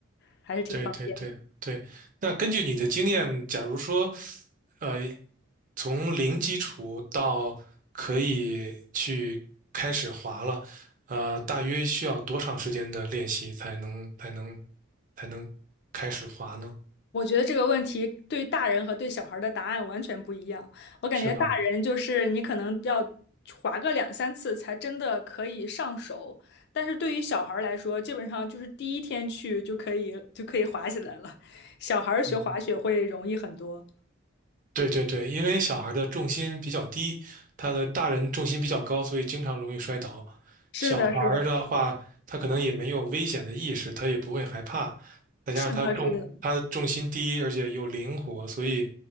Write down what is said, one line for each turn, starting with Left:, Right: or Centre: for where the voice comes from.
Left: 还是挺方便。
Right: 对对对对。那根据你的经验，假如说呃，从零基础到可以去开始滑了，呃，大约需要多长时间的练习才能才能才能开始滑呢？
Left: 我觉得这个问题对大人和对小孩儿的答案完全不一样。我感觉大人就是你可能要
Right: 是吧？
Left: 滑个两三次才真的可以上手，但是对于小孩儿来说，基本上就是第一天去就可以就可以滑起来了。小孩儿学滑雪会容易很多。
Right: 嗯对对对，因为小孩的重心比较低，他的大人重心比较高，所以经常容易摔倒。
Left: 是的，
Right: 小孩儿的话，
Left: 是的，
Right: 他可能也没有危险的意识，他也不会害怕，再加上他重他的重心低，
Left: 是的，是的。
Right: 而且又灵活，所以